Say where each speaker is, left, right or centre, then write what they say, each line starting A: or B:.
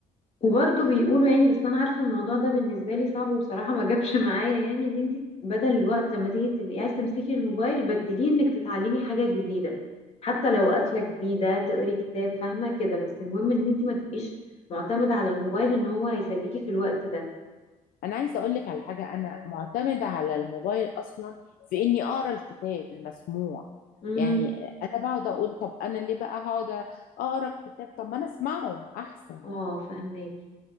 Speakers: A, on the left (about 45°); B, on the left (about 75°).
A: وبرضه بيقولوا يعني بس انا عارفه إن الموضوع ده بالنسبه لي صعب وبصراحه ما جابش معايا يعني ان انت بدل الوقت لما تيجي تبقي عايز تمسكي الموبايل بدليه انك تتعلمي حاجه جديده حتى لو اكله جديده تقري كتاب فاهمه كده بس المهم ان انت ما تبقيش معتمده على الموبايل ان هو هيسليكي في الوقت ده
B: انا عايزه اقول لك على حاجه انا معتمده على الموبايل اصلا في اني اقرا الكتاب المسموع
A: امم
B: يعني انا بقعد اقول طب انا ليه بقى هقعد اقرا الكتاب طب ما انا اسمعه احسن
A: اه فهماكي